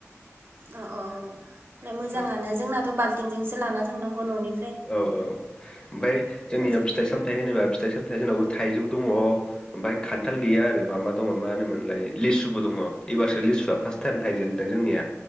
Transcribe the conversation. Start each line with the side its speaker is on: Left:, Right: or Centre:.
Right: अ अ मोजाङानो
Left: औ
Right: जोंनाथ बाल्थिंजोंसो लाना थांनांगौ ननि
Left: औ औ ओमफ्राय जोंनिया
Right: जायो
Left: फिथाइ सामथाइ होनोबा फिथाइ सामथाइ जोंनावबो थाइजौ दङ ओमफाय खान्थाल गैया आरो माबा दङ मा होन मोनलाय लिसुबो दङ इबारसो लिसुआ फार्स्ट टाइम थाइजेनदों जोंनिया